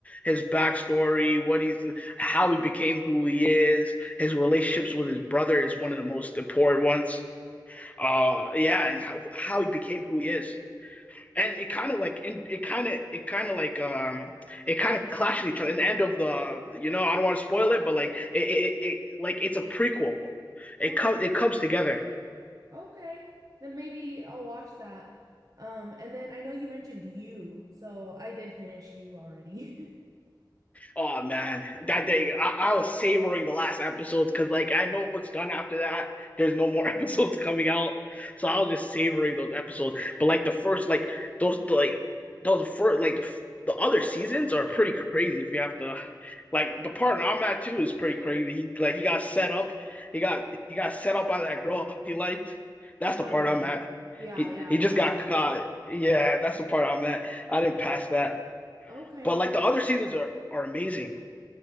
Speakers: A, on the left; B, on the right.
A: his backstory what he's how he became who he is his relationships with his brother is one of the most important ones uh yeah and how how he became who he is and it kind of like in, it kind of it kind of like um it kind of clashes each other in the end of the you know I don't want to spoil it but like it, it, it like it's a prequel it
B: Oh,
A: comes it comes together
B: Okay, then maybe I'll watch that. Um, and then I know you mentioned you, so I did finish you already. <laughs>
A: Oh man, that day I, I was savoring the last episodes because, like, I know it's done after that. There's no more <laughs> episodes coming out, so I was just savoring those episodes. But like the first, like those, like those first, like the the other seasons are pretty crazy. If you have to, like, the partner I'm at too is pretty crazy. He like he got set up. He got he got set up by that girl he liked. That's the
B: Oh
A: part
B: yeah.
A: I'm at.
B: Yeah,
A: He
B: yeah,
A: he
B: yeah.
A: just got caught. Yeah, that's the part I'm at. I didn't pass that.
B: Okay.
A: But like the other seasons are are amazing.